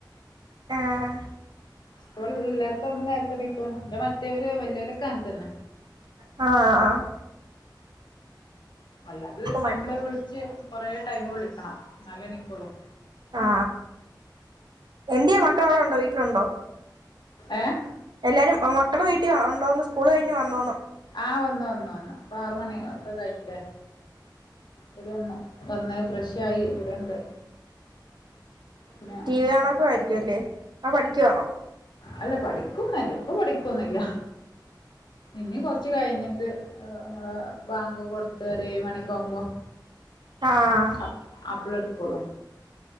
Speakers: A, on the right; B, on the left.
A: ആഹ്
B: സ്കൂൾ ഇല്ലാത്ത അന്ന് നേരത്തെ എണീക്കും ഇൻ്റെ മറ്റോരും വല്യോലും ഒക്കെ അങ്ങനെ തന്നെ
A: ആ ആ
B: അല്ലാത്ത ദിവസം
A: മടി
B: നമ്മള് വിളിച്ച് കൊറേ ടൈമ് വിളിക്കണം ന്നാലെ എണീക്കോളൂ
A: ആ എന്ത്യേ മക്കൾ അവിടെ ഉണ്ടോ വീട്ടിലുണ്ടോ
B: ഏ
A: എല്ലാരും മക്കള് വീട്ടിൽ ഉണ്ടോന്ന് സ്കൂള് കഴിഞ്ഞ് വന്നോന്ന്
B: ആ വന്നു വന്നു വന്നു ഇപ്പൊ ആറു മണി ഒക്കെ കഴിഞ്ഞിലേ ഓല് വന്നു വന്ന് ഫ്രഷ് ആയി ഇവിടെണ്ട് പിന്നെ
A: ഉം ടി വി കാണുവൊക്കെ ആയിരിക്കും അല്ലേ അതോ പഠിക്കുവാണോ?
B: അല്ല പഠിക്കൊന്നല്ല ഇപ്പൊ പഠിക്കൊന്നുല്ല ഇനി കൊറച്ച് കഴിഞ്ഞിട്ട് ഏ നമ്മളെ ബാങ്ക് കൊടുത്ത് ഒരു ഏഴ് മണി ഒക്കെ ആവുമ്പോ
A: ആഹ്
B: അ അപ്പഴെടു ക്കുള്ളൂ